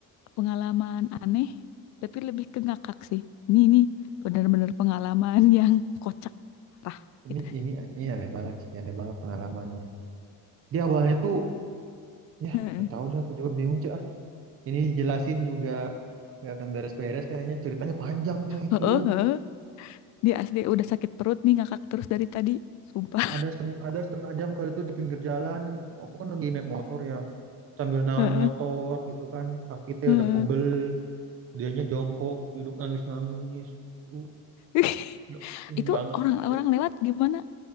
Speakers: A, on the left; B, on the right.
A: pengalaman aneh, tapi lebih ke ngakak sih. Ini ini benar-benar pengalaman <laughs> yang kocak parah
B: Ini
A: gitu.
B: ini ini aneh banget sih, aneh banget pengalamannya. Dia awalnya tuh ya,
A: Heeh.
B: gak tahu deh aku juga bingung cuy. ah. Ini jelasin juga nggak akan beres-beres kayaknya ceritanya panjang cuy itu.
A: Heeh, heeh. Dia asli udah sakit perut nih ngakak terus dari tadi, sumpah.
B: Ada setengah, ada setengah jam kali itu di pinggir jalan. Aku kan lagi naik motor ya. Sambil nahan
A: Heeh,
B: motor gitu kan. Kaki teh
A: heeh.
B: udah pegel. Dianya jongkok, duduk nangis-nangis. Aduh,
A: <laughs>
B: udah pusing
A: Itu
B: banget
A: orang-orang
B: itu teh.
A: lewat gimana?